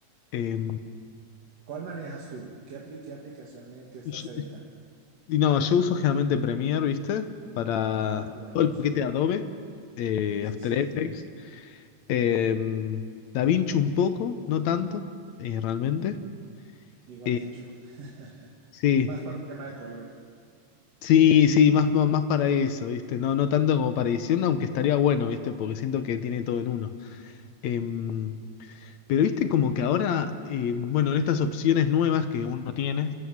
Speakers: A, on the left (about 75°); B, on the right (about 60°).
A: Eh,
B: ¿Cuál manejas tú? ¿Qué apli- qué aplicación en qué estás
A: y, yo-
B: editando?
A: y no, yo uso generalmente Premiere, ¿viste? Para
B: Ajá, igual
A: todo
B: que
A: el
B: yo.
A: paquete de Adobe, eh,
B: Sí,
A: After
B: sí.
A: Effects, eh, DaVinci un poco, no tanto, eh, realmente.
B: Igual
A: Eh,
B: que yo. <laughs>
A: sí.
B: Más para un tema de color.
A: Sí, sí, más, más más para eso, ¿viste? No, no tanto como para edición, aunque estaría bueno, ¿viste? Porque siento que tiene todo en uno. Em, Pero viste como que ahora, eh, bueno, en estas opciones nuevas que uno tiene,